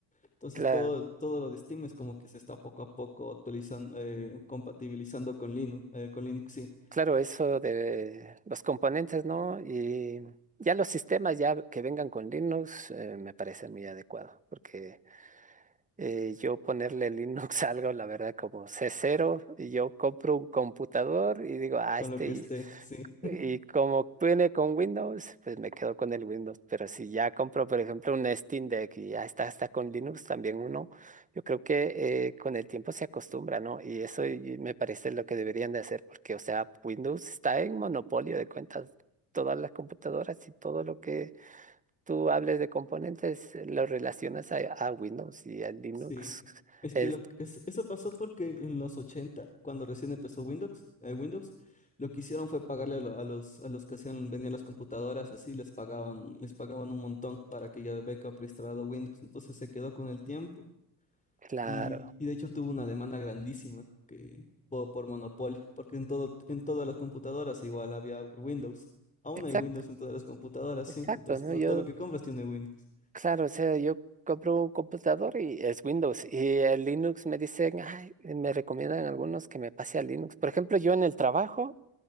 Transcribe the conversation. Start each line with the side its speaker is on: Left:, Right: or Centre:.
Left: Entonces
Right: claro.
Left: todo, todo lo de Steam es como que se está poco a poco actualizando, eh, compatibilizando con Linux, eh, con Linux, sí,
Right: Claro, eso de los componentes, ¿no? Y ya los sistemas ya que vengan con Linux eh, me parece muy adecuado, porque eh, yo ponerle <laughs> Linux a algo, la verdad, como C0, y yo compro un computador y digo, ah,
Left: con
Right: este
Left: lo que esté, sí.
Right: y como viene con Windows, pues me quedo con el Windows. Pero si ya compro, por ejemplo, un Steam Deck y ya está, está con Linux también uno, yo creo que eh, con el tiempo se acostumbra, ¿no? Y eso y me parece lo que deberían de hacer, porque, o sea, Windows está en monopolio de cuentas. Todas las computadoras y todo lo que tú hables de componentes eh, lo relacionas a, a Windows y a Linux.
Left: Sí, es
Right: Es
Left: que lo, es- eso pasó porque en los 80 cuando recién empezó Windows, eh, Windows, lo que hicieron fue pagarle a, lo- a los, a los que hacían, vendían las computadoras, así les pagaban, les pagaban un montón para que ya venga preinstalado Windows. Entonces se quedó con el tiempo
Right: claro.
Left: y, y de hecho tuvo una demanda grandísima que, por, por monopolio, porque en todo, en todas las computadoras igual había Windows. Aún
Right: Exacto,
Left: hay Windows en todas las computadoras,
Right: exacto,
Left: sí. Entonces
Right: ¿no?
Left: todo,
Right: Yo
Left: todo lo que compras tiene Windows.
Right: Claro, o sea, yo compro un computador y es Windows y el Linux me dicen, "Ay", me recomiendan algunos que me pase a Linux. Por ejemplo, yo en el trabajo,